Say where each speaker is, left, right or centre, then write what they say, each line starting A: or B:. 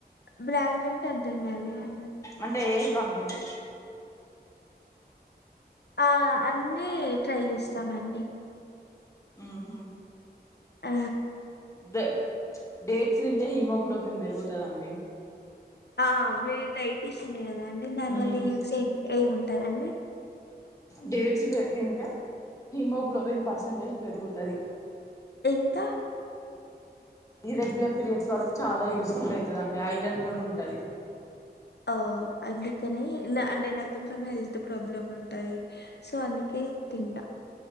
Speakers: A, on the left; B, on the left.
A: బ్రాండ్ అంటే అర్థంగాలే అండి
B: అంటే ఏ కంపెనీ
A: ఆ అన్నీ ట్రై చేస్తామండి
B: మ్ హు
A: ఆ
B: డ చ్ డేడ్స్ దింటే హీమోగ్లోబిన్ బెరుగుతదండి
A: ఆ మీరు డైటిషియన్ గదండి దాని
B: ఉమ్
A: వల్ల యూస్ ఏం ఏముంటదండి
B: డేట్సులే తింటె హీమోగ్లోబిన్ పర్సంటేజ్ పెరుగుతది
A: ఇంక
B: ఇర్రెగ్యులర్ పీరియడ్స్ వాళ్ళకు చాలా యూస్ఫుల్ అయితదండి ఐరన్ గూడుంటది
A: ఆ అందుకనీ న అంటే నాక్కొంచం హెల్త్ ప్రాబ్లమ్ ఉంటాయి సో అందుకే తింట